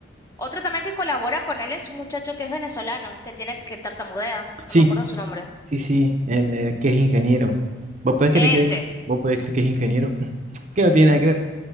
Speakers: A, on the left; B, on the right.
A: otro también que colabora con él es un muchacho que es venezolano, que tiene que tartamudea, no
B: sí,
A: me acuerdo su nombre.
B: sí, sí, el, eh, que es ingeniero. ¿Vos podés
A: Ese.
B: creer que, vos podés creer que es ingeniero? <laughs> Que no tiene nada que ver.